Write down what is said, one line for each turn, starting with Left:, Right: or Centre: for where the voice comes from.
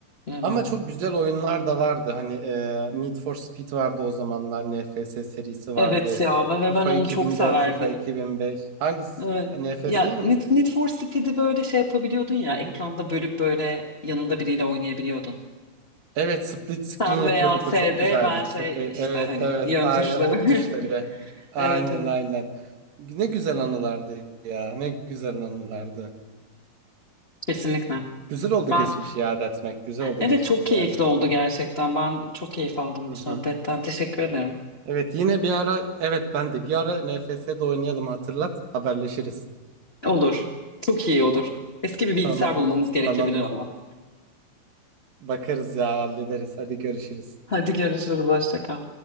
Left: bilemiyorum.
Right: Ama çok güzel oyunlar da vardı. Hani e, Need for Speed vardı o zamanlar. NFS serisi
Left: Evet
Right: vardı.
Left: ya ben, ve
Right: FIFA
Left: ben onu
Right: iki
Left: çok
Right: bin
Left: severdim.
Right: dört FIFA 2005. Hangisi?
Left: Evet.
Right: NFS'yi
Left: Ya
Right: mi?
Left: Need, Need for Speed'i böyle şey yapabiliyordun ya
Right: Hı
Left: ekranda
Right: hı.
Left: bölüp böyle yanında biriyle oynayabiliyordun.
Right: Evet, split screen
Left: Sen
Right: yapıyorduk.
Left: veya S'de
Right: O çok güzeldi.
Left: ben şey
Right: Çok e-
Left: işte
Right: evet,
Left: hani
Right: evet.
Left: yön
Right: Aynen
Left: tuşları.
Right: ok tuşları.
Left: <laughs>
Right: Aynen,
Left: Evet evet
Right: aynen. Ne güzel anılardı ya. Ne güzel anılardı.
Left: kesinlikle.
Right: Güzel oldu
Left: Ben
Right: geçmişi iade etmek. Güzel oldu
Left: Evet
Right: geçmişi
Left: çok keyifli
Right: iade etmek.
Left: oldu gerçekten. Ben çok keyif aldım
Right: Hı
Left: bu sohbetten.
Right: hı.
Left: Teşekkür ederim.
Right: Evet, yine bir ara evet ben de bir ara NFS'de oynayalım hatırlat. Haberleşiriz.
Left: Olur. Çok iyi olur. Eski bir bilgisayar
Right: Tamam.
Left: bulmamız gerekebilir
Right: Tamam.
Left: ama.
Right: Bakarız ya hallederiz. Hadi görüşürüz.
Left: Hadi görüşürüz. Hoşça kal.